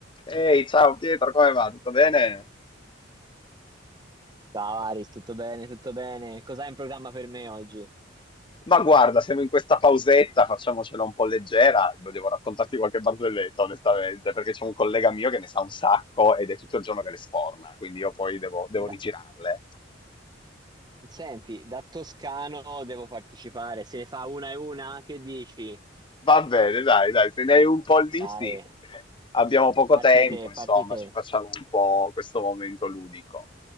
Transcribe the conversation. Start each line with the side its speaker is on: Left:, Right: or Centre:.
Left: Ehi, ciao Pietro, come va? Tutto bene?
Right: Ciao Aris, tutto bene, tutto bene. Cos'hai in programma per me oggi?
Left: Ma guarda, siamo in questa pausetta, facciamocela un po' leggera. Volevo raccontarti qualche barzelletta, onestamente, perché c'è un collega mio che ne sa un sacco ed è tutto il giorno che le sforna, quindi io poi devo, devo
Right: Da-
Left: rigirarle.
Right: Senti, da toscano devo partecipare. Se ne fa una e una, che dici?
Left: Va bene, dai, dai, se ne hai un po' lì,
Right: Vai,
Left: sì, perché abbiamo poco
Right: parti
Left: tempo,
Right: te,
Left: insomma,
Right: parti te.
Left: ci facciamo un po' questo momento ludico.